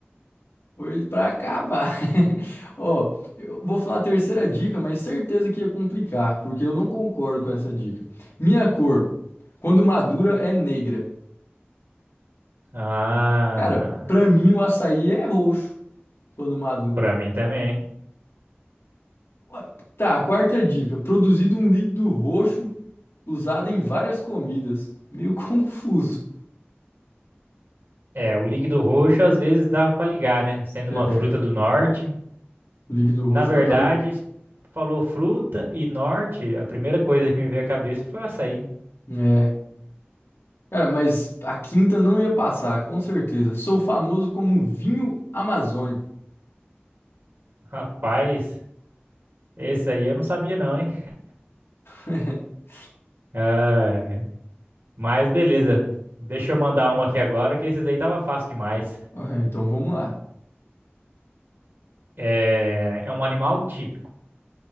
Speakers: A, on the left; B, on the right.
A: foi pra acabar. <laughs> Ó, eu vou falar a terceira dica, mas certeza que ia complicar, porque eu não concordo com essa dica. Minha cor, quando madura, é negra.
B: Ah,
A: Cara, pra mim o açaí é roxo. quando maduro.
B: pra mim também.
A: Ué, Tá, quarta dica. Produzido um líquido roxo usado em várias comidas. Meio <laughs> confuso.
B: É, o líquido roxo às vezes dava pra ligar, né? Sendo uma
A: É,
B: fruta do norte.
A: líquido roxo
B: Na verdade,
A: dá pra ligar.
B: falou fruta e norte, a primeira coisa que me veio à cabeça foi o açaí.
A: É. Cara, mas a quinta não ia passar, com certeza. Sou famoso como vinho amazônico.
B: Rapaz, esse aí eu não sabia não, hein?
A: <laughs>
B: Ah, mas beleza. Deixa eu mandar uma aqui agora, que esse daí tava fácil demais.
A: Ah, Então vamos lá.
B: É, é um animal típico.